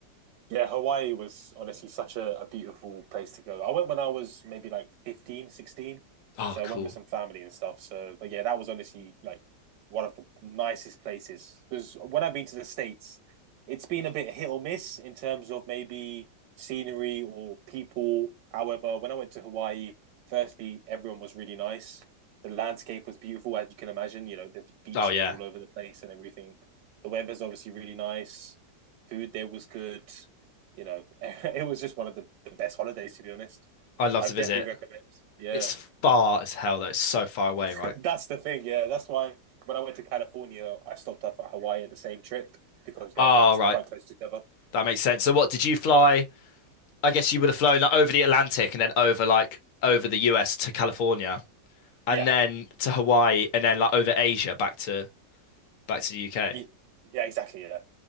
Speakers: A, on the right; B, on the left.
A: Yeah, Hawaii was honestly such a, a beautiful place to go. I went when I was maybe like 15, sixteen,
B: Oh,
A: So I
B: cool.
A: went with some family and stuff. So, but yeah, that was honestly like one of the nicest places. Because when I've been to the States, it's been a bit hit or miss in terms of maybe scenery or people. However, when I went to Hawaii, firstly, everyone was really nice. The landscape was beautiful, as you can imagine. You know, there's beaches
B: Oh yeah.
A: all over the place and everything. The weather's obviously really nice. Food there was good you know, <laughs> it was just one of the, the best holidays, to be honest.
B: I'd love
A: I
B: to
A: would
B: visit.
A: definitely recommend. Yeah,
B: It's far as hell though. It's so far away,
A: <laughs>
B: right?
A: that's the thing. Yeah, that's why when I went to California, I stopped off at Hawaii at the same trip because they're
B: Ah,
A: like
B: right.
A: quite close together.
B: That makes sense. So what did you fly? I guess you would have flown like over the Atlantic and then over like over the US to California and
A: Yeah,
B: then to Hawaii and then like over Asia back to back to the UK.
A: yeah, yeah exactly. Yeah,